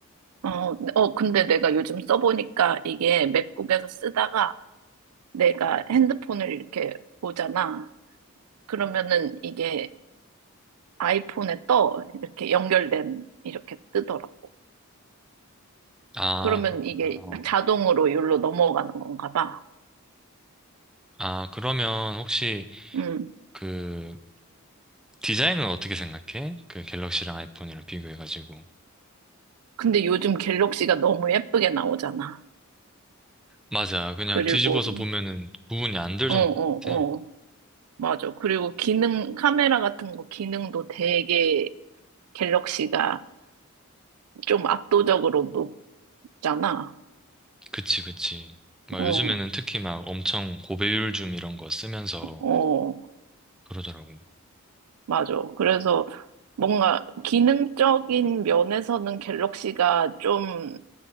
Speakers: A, on the right; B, in the centre.
A: 어, 어, 근데 내가 요즘 써보니까 이게 맥북에서 쓰다가 내가 핸드폰을 이렇게 보잖아. 그러면은 이게 아이폰에 떠. 이렇게 연결된, 이렇게 뜨더라고.
B: 아,
A: 그러면
B: 그렇구나.
A: 이게
B: 어.
A: 자동으로 여기로 넘어가는 건가 봐.
B: 아, 그러면 혹시
A: 음.
B: 그 디자인은 어떻게 생각해? 그 갤럭시랑 아이폰이랑 비교해가지고.
A: 근데 요즘 갤럭시가 너무 예쁘게 나오잖아.
B: 맞아. 그냥
A: 그리고,
B: 뒤집어서 보면은 구분이 안 될
A: 어,
B: 정도
A: 어,
B: 같아.
A: 어. 맞아. 그리고 기능, 카메라 같은 거 기능도 되게 갤럭시가 좀 압도적으로 높잖아.
B: 그치, 그치. 막
A: 어,
B: 요즘에는 특히 막 엄청 고배율 줌 이런 거 쓰면서
A: 어.
B: 그러더라고.
A: 맞아. 그래서 뭔가 기능적인 면에서는 갤럭시가 좀